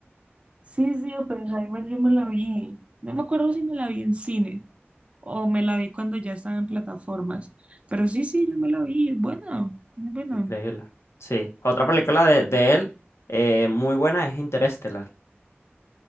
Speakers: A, on the right (about 30°); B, on the left (about 85°).
A: Sí, sí, Oppenheimer, yo me la vi. No me acuerdo si me la vi en cine o me la vi cuando ya estaba en plataformas. Pero sí, sí, yo me la vi. Es buena, muy buena.
B: Increíble. Sí, otra película de, de él eh, muy buena es Interestelar.